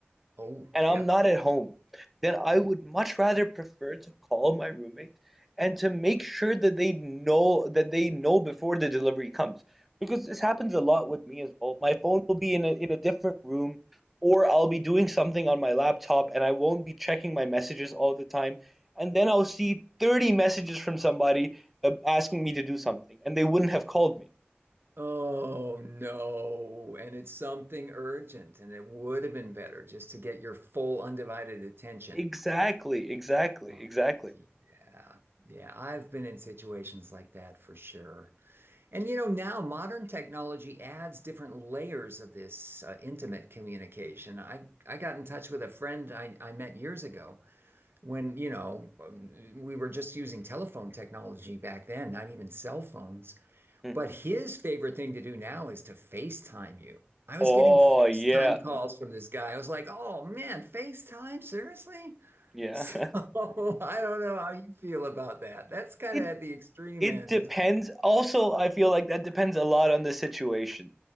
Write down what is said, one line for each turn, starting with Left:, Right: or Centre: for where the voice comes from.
Right: Oh,
Centre: and
Right: yep.
Centre: I'm not at home, then I would much rather prefer to call my roommate and to make sure that they know that they know before the delivery comes. Because this happens a lot with me as well. My phone will be in a in a different room, or I'll be doing something on my laptop and I won't be checking my messages all the time. And then I'll see 30 messages from somebody uh, asking me to do something, and they wouldn't have called me.
Right: Oh no. And it's something urgent, and it would have been better just to get your full undivided attention.
Centre: Exactly, exactly,
Right: Oh,
Centre: exactly.
Right: yeah. Yeah, I've been in situations like that for sure. And you know, now modern technology adds different layers of this uh, intimate communication. I I got in touch with a friend I, I met years ago. when, you know, um, we were just using telephone technology back then, not even cell phones.
Centre: Mhm.
Right: But his favorite thing to do now is to FaceTime you. I was
Centre: Oh,
Right: getting FaceTime
Centre: yeah.
Right: calls from this guy. I was like, oh man, FaceTime? Seriously?
Centre: Yeah.
Right: So
Centre: <laughs>
Right: <laughs> I don't know how you feel about that. That's kind
Centre: It
Right: of at the extreme
Centre: it
Right: end,
Centre: depends.
Right: isn't
Centre: Also, I feel like that depends a lot on the situation.